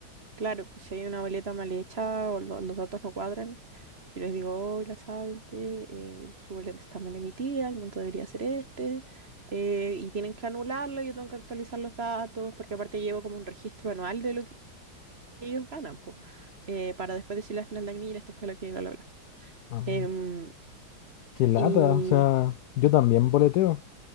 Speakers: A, on the right; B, on the left.
A: Claro, pues, si hay una boleta mal hecha o lo- los datos no cuadran, yo les digo, hola, saben que eh, su boleta está mal emitida, el monto debería ser este, eh, y tienen que anularlo, yo tengo que actualizar los datos, porque aparte llevo como un registro anual de lo que ellos ganan, po, eh, para después decirle al final de año, mira, esto fue lo que, bla, bla, bla.
B: Ah,
A: Em,
B: qué lata.
A: y
B: O sea, yo también boleteo